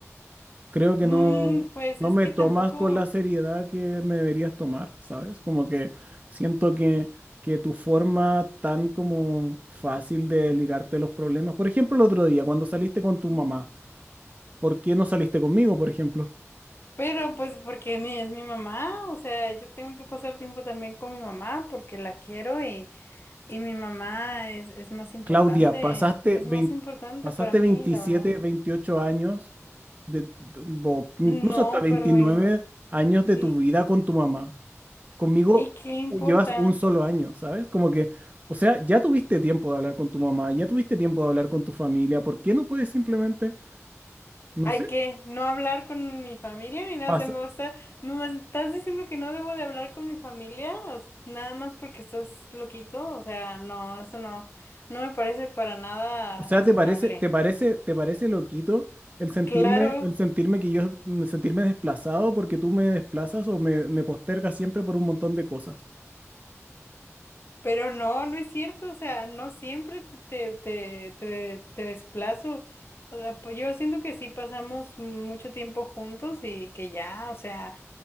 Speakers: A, on the right; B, on the left.
A: Creo que
B: Mm,
A: no,
B: pues
A: no
B: es
A: me
B: que
A: tomas
B: tampoco,
A: con la seriedad que me deberías tomar, ¿sabes? Como que siento que, que tu forma tan como fácil de ligarte a los problemas. Por ejemplo, el otro día, cuando saliste con tu mamá, ¿por qué no saliste conmigo, por ejemplo?
B: pero pues porque mi, es mi mamá, o sea, yo tengo que pasar tiempo también con mi mamá porque la quiero y, y mi mamá es, es más importante,
A: Claudia, pasaste
B: es
A: 20
B: más importante
A: pasaste
B: para mí,
A: 27
B: la verdad.
A: 28 años, de, o incluso
B: No,
A: hasta 29
B: pero en-
A: años de
B: ¿y,
A: tu vida con tu mamá. Conmigo
B: y qué importa?
A: u- llevas un solo año, ¿sabes? Como que, o sea, ya tuviste tiempo de hablar con tu mamá, ya tuviste tiempo de hablar con tu familia, ¿por qué no puedes simplemente, no
B: ¿Hay
A: sé,
B: que no hablar con mi familia ni nada?
A: pasa?
B: Se me va a estar- ¿me vas- estás diciendo que no debo de hablar con mi familia? O s- nada más porque estás loquito. O sea, no, eso no, no me parece para nada
A: O sea,
B: razonable.
A: ¿te parece, te parece, te parece loquito el sentirme,
B: Claro,
A: el sentirme que yo, el sentirme desplazado porque tú me desplazas o me, me postergas siempre por un montón de cosas?
B: pero no, no es cierto. O sea, no siempre te, te, te, te- te desplazo. O sea, pues yo siento que sí pasamos mucho tiempo juntos y que ya, o sea.